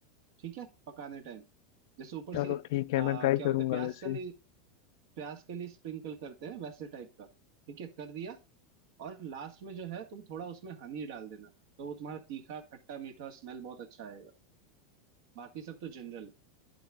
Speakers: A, on the right (about 65°); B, on the left (about 70°).
A: ठीक है पकाने टाइम जैसे ऊपर
B: चलो
A: से आ,
B: ठीक है मैं ट्राई
A: क्या बोलते
B: करूंगा
A: हैं प्याज
B: वैसे
A: का लिए प्याज के लिए स्प्रिंकल करते हैं वैसे टाइप का ठीक है कर दिया और लास्ट में जो है तुम थोड़ा उसमें हनी डाल देना तो वो तुम्हारा तीखा खट्टा मीठा और स्मेल बहुत अच्छा आएगा बाकी सब तो जनरल है